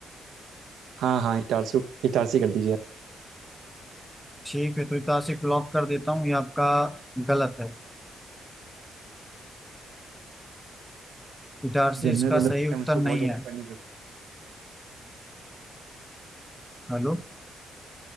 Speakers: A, on the right (about 80°); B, in the centre.
A: हाँ हाँ इटारसी इटारसी कर दीजिए आप।
B: ठीक है तो इटारसी को लॉक कर देता हूँ ये आपका गलत है इटारसी
A: जनरल
B: इसका
A: नॉलेज
B: सही
A: लगता
B: उत्तर
A: है मुझको
B: नहीं
A: बहुत ज़्यादा
B: है
A: पढ़नी पड़ती
B: हेलो